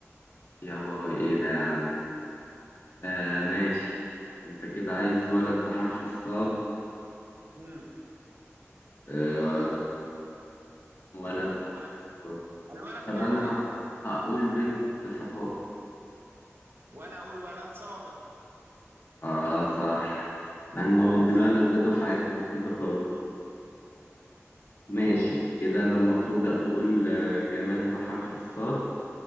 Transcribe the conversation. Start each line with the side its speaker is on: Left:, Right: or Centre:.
Left: يا باي إيه ده يا عم آه ماشي أنت كده عايز ولد بحرف الصاد
Right: امم
Left: آه ولد بحرف
Right: على
Left: الصاد
Right: الولد
Left: طب
Right: سهل
Left: أنا
Right: جدا
Left: ه... هقول بنت صفاء
Right: وأنا أقول ولد صادق
Left: آه صح مع إنه
Right: على
Left: الولد
Right: إزاي؟
Left: ده دفعتنا نسيته خالص ماشي كده أنا المفروض أقول آه، جماد بحرف الصاد